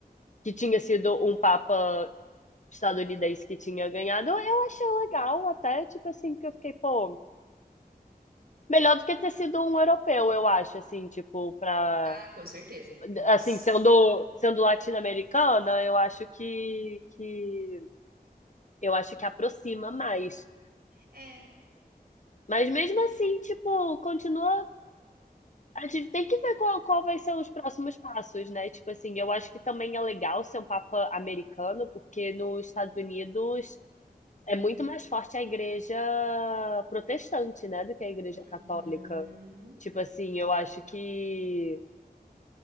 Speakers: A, on the left; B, on the right.
A: que tinha sido um papa estadunidense que tinha ganhado, eu achei legal até, tipo assim, que eu fiquei, pô, melhor do que ter sido um europeu, eu acho, assim, tipo, pra
B: Ah, com certeza. Nossa.
A: assim, sendo, sendo latino-americana, eu acho que, que eu acho que aproxima mais.
B: É.
A: Mas mesmo assim, tipo, continua. A gente tem que ver qual, qual vai ser os próximos passos, né? Tipo assim, eu acho que também é legal ser um papa americano, porque nos Estados Unidos é muito mais forte a igreja protestante, né, do que a igreja
B: Uhum.
A: católica. Tipo assim, eu acho
B: Hum.
A: que